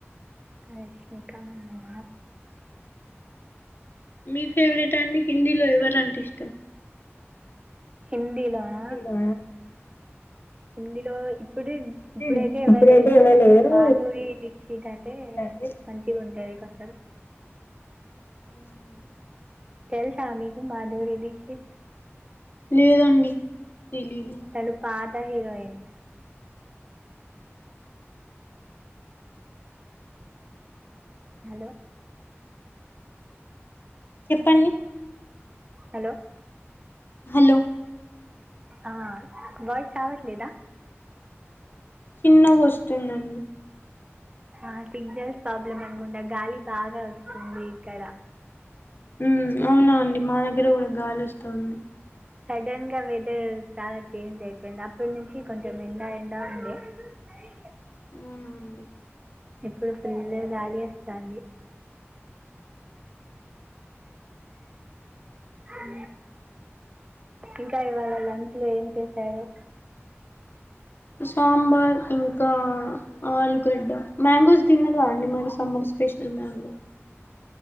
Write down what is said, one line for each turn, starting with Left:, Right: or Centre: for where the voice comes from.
Right: క రష్మిక మందన
Left: మీ ఫేవరెట్ అండి హిందీలో ఎవరంటే ఇష్టం
Right: హిందీలోన
Left: హిందీలో
Right: ఇందులో ఇప్పుడు
Left: ఇది
Right: ఇప్పుడైతే ఇవ్వలేదు
Left: ఇప్పుడైతే ఎవరు లేరు
Right: మాధురి దీక్షిత్ అంటే
Left: అంటే
Right: మంచిగ ఉంటది ఇంకొంచం
Left: అవున
Right: తెల్స మీకు మాధురి దీక్షిత్
Left: లేదండి తెలిదు
Right: తను పాత హీరోయిన్ హలో
Left: చెప్పండి
Right: హలో
Left: హలో
Right: ఆ వాయిస్ రావట్లేదా
Left: చిన్నగ వస్తుందండి
Right: ఆ సిగ్నల్స్ ప్రాబ్లమ్ అనుకుంటా గాలి బాగ వస్తుంది ఇక్కడ
Left: ఉ అవునా అండి మా దగ్గర కూడా గాలివస్తోంది
Right: సడన్ గా వెదర్ చాలా చేంజ్ అయిపోయింది. అప్పటి నుంచి కొంచెం ఎండా ఎండా ఉంది అ
Left: ఊనా అండి
Right: ఇప్పుడు ఫుల్ గాలీ వస్తాంది ఉ ఇంకా ఇవాళ లంచ్ లో ఏం చేశారు
Left: సాంబార్ ఇంకా ఆలుగడ్డ మ్యాంగోస్ తిన్నరా అండి మరి సమ్మర్ స్పెషల్ మ్యాంగో